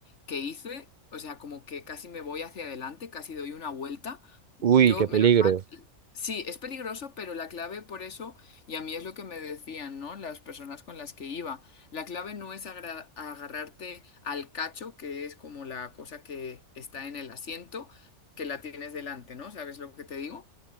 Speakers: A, on the left; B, on the right.
A: que hice, o sea, como que casi me voy hacia adelante, casi doy una vuelta.
B: Uy,
A: Yo,
B: qué
A: menos
B: peligro.
A: mal. Sí, es peligroso, pero la clave por eso, y a mí es lo que me decían, ¿no? Las personas con las que iba, la clave no es agra- agarrarte al cacho, que es como la cosa que está en el asiento, que la tienes delante, ¿no? ¿Sabes lo que te digo?